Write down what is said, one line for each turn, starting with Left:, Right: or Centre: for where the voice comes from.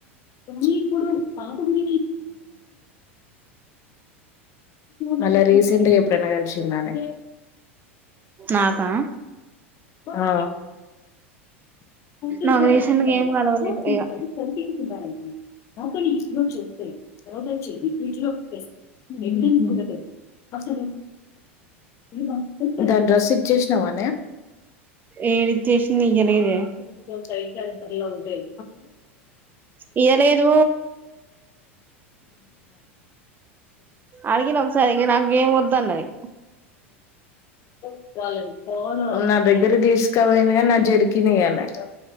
Left: ఉహు మళ్ళా రీసెంట్గా ఎప్పుడనా కలిసిండా నే
Right: నాకా
Left: ఆ ర
Right: నాకు రీసెంట్
Left: చ
Right: గా ఏం కలవలేదు ఇగ
Left: సకి మా ఇ చెత స చె ఇ దాన్ని డ్రెస్ ఇచ్చేసినావానే
Right: ఏ విచ్చేషిని ఇయ్యలేదే
Left: ఆ ఏంటో అసలు
Right: ఇయ్యలేదు అడిగిన ఒకసారి ఇగ నాకేం వద్దన్నది
Left: అదిాల <unintelligible> నా దగ్గర తీసుకుపోయిందిగా నా జర్కిన్ ఇయ్యాలే